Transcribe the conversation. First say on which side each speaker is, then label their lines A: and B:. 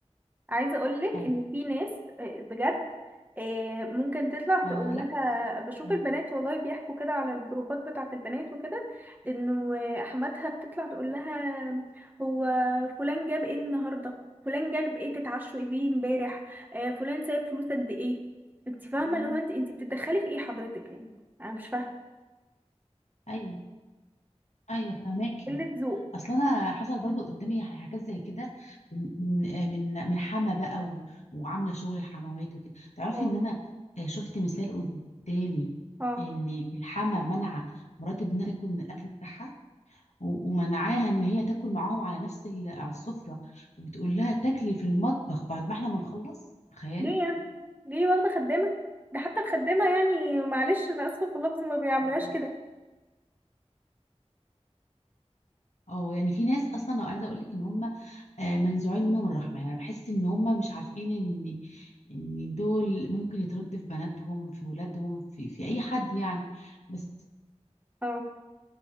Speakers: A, on the right (about 15°); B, on the left (about 80°).
A: عايزه اقول لك
B: حاجه
A: ان في ناس آه، بجد آه، ممكن تطلع تقول
B: فلا
A: لها بشوف
B: م-
A: البنات والله بيحكوا كده على الجروبات بتاعه البنات وكده انه آه، حماتها بتطلع تقول لها هو فلان جاب ايه النهارده فلان جاب ايه تتعشوا ايه بيه امبارح آه، فلان سايب فلوس قد ايه انت فاهمه
B: م-
A: اللي هو انت انت بتتدخلي في ايه حضرتك يعني انا مش فاهمه
B: ايوه ايوه فهماكي
A: قله ذوق
B: اصل انا حصل برضو قدامي يعني حاجات زي كده من من من حما بقى و- وعامله شغل الحموات وكده تعرفي
A: اه
B: ان انا آه، شفت مثال قدامي
A: اه
B: ان الحما منع مرات ابنها تاكل من الاكل بتاعها و- ومنعاها ان هي تاكل معاهم على نفس ال- على السفره وبتقول لها تاكلي في المطبخ بعد ما احنا ما نخلص تخيلي
A: ليه يعني ليه واخدة خدامة ده حتى الخدامة يعني معلش أنا آسفة في اللفظ ما بيعملوهاش
B: مهم.
A: كده
B: اه يعني في ناس اصلا لو عايزه اقول لك ان هم آه، منزوعين منهم الرحمه يعني انا بحس ان هم مش عارفين ان ان دول ممكن يتردوا في بناتهم في ولادهم في في اي حد يعني بس
A: اه